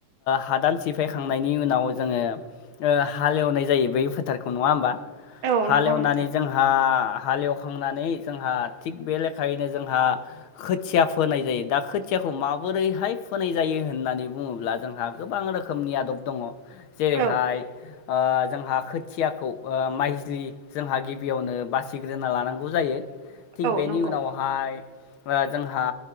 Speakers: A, on the left; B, on the right.
A: हादान सिफायखांनायनि उनाव जोङो हालेवनाय जायो बै फोथारखौ नङा होमबा।
B: औ
A: हालेवनानै
B: नंगौ नोंथां
A: जोंहा हालेवखांनानै जोंहा थिग बे लेखायैनो जोंहा खोथिया फोनाय जायो दा खो देखौ माबोरैहाय फोनाय जायो होननानै बुङोब्ला। जोंहा गोबां रोखोमनि आदब दङ जेरै
B: औ
A: हाय जोंहा खोथियाखौ माइजलि जोंहा गिबियावनो बासिग्रोना लानांगौ जायो। थिग
B: औ
A: बेनि
B: नंगौ
A: उनावहाय जोंहा